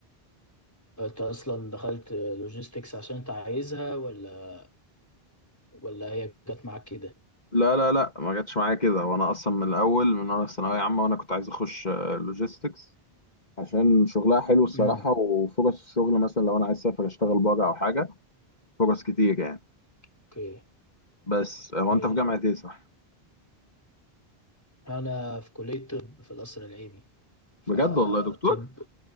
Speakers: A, on the left; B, on the left.
A: انت اصلا دخلت لوجيستكس عشان انت عايزها ولا ولا هي جت معاك كده
B: لا لا لا ما جاتش معايا كده وانا اصلا من الاول من وانا في ثانوية عامة وانا كنت عايز اخش لوجيستكس عشان شغلها حلو الصراحة
A: امم
B: وفرص الشغل مثلا لو انا عايز اسافر اشتغل بره او حاجة فرص كتير يعني
A: اوكي
B: بس هو
A: اوكي
B: انت في جامعة ايه صح؟
A: انا في كلية طب في القصر العيني فطب
B: بجد والله يا دكتور